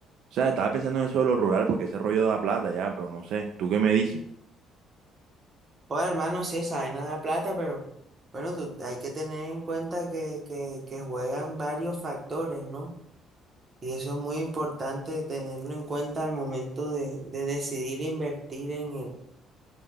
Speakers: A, on the right; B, on the right.
A: O sea, estaba pensando en eso de lo rural porque ese rollo da plata ya, pero no sé. ¿Tú qué me dices?
B: Joda, hermano, sí, esa vaina da plata, pero bueno, tú, hay que tener en cuenta que, que, que juegan varios factores, ¿no? Y eso es muy importante tenerlo en cuenta al momento de, de decidir invertir en el,